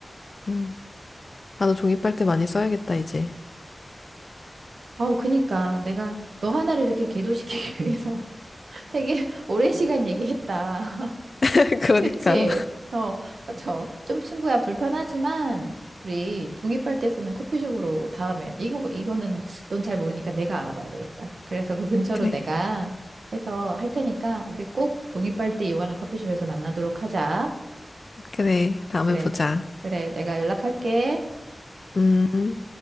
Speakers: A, on the left; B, on the right.
A: 음. 나도 종이빨대 많이 써야겠다, 이제.
B: 아우 그니까 내가 너 하나를 이렇게 계도시키기 <laughs> 위해서 되게 오랜 시간 얘기했다.
A: <laughs> 그러니까.
B: <laughs> 그치? 어, 저 좀 친구야 불편하지만 우리 종이빨대 쓰는 커피숍으로 다음엔 이거 이거는 넌 잘 모르니까 내가 알아봐야 되겠다. 그래서 그 근처로
A: 그래,
B: 내가 해서 할 테니까 우리 꼭 종이빨대 이용하는 커피숍에서 만나도록 하자.
A: 그래. 다음에
B: 그래.
A: 보자.
B: 그래. 내가 연락할게.
A: 음.